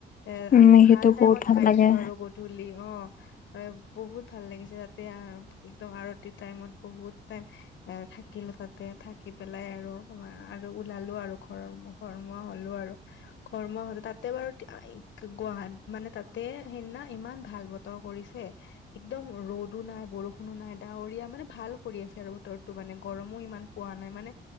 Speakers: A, on the left (about 65°); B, on the left (about 45°).
A: এ
B: উম
A: আমি ভাল
B: সেইটো বহুত
A: টাইমত
B: ভাল
A: পাইছো
B: লাগে
A: আৰু গধূলি অ, <unintelligible> বহুত ভাল লাগিছে তাতে <unintelligible> একদম আৰতি টাইমত বহুত টাইম এ থাকিলোঁ তাতে থাকি পেলাই আৰু <unintelligible> আৰু ওলালো আৰু ঘৰমুখৰ ঘৰমুৱা হলো আৰু ঘৰমুৱা হলো তাতে বাৰু <unintelligible> গুৱাহাট মানে তাতে সেইদিনা ইমান ভাল বতৰ কৰিছে একদম ৰ'দো নাই বৰষুণো নাই ডাৱৰীয়া মানে ভাল কৰি আছে আৰু বতৰটো মানে গৰমো ইমান পোৱা নাই মানে